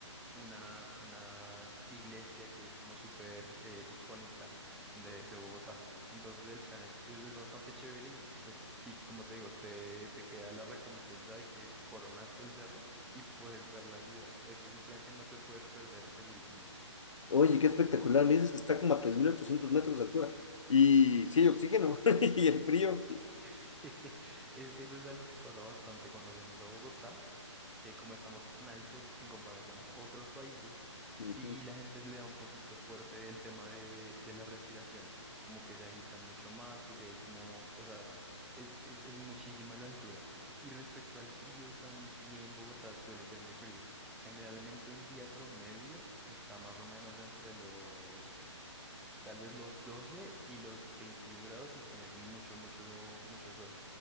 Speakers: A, in the centre; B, on the left (about 80°).
A: una, una iglesia que es como súper eh, icónica de, de Bogotá. Entonces el plan es, es, es bastante chévere y, y pues sí, como te digo, te, te queda la recompensa de que coronaste el cerro y puedes ver la ciudad. Eso es un plan que no te puedes perder segurísimo.
B: Oye, qué espectacular. Me dices que está como a 3.800 metros de altura. Y sí, hay oxígeno <laughs> y el frío.
A: <laughs> Es- eso es algo que pasa bastante cuando vienes a Bogotá eh, como estamos tan altos en comparación a otros países, sí
B: Ujú.
A: la gente le da un poquito fuerte el tema de, de la respiración, como que se agitan mucho más porque hay como, o sea, es, es, es muchísima la altura. Y respecto al frío, también Bogotá suele ser muy frío. Generalmente un día promedio está más o menos entre los, tal vez los 12 y los 21 grados si tienes mucho, mucho, mucho sol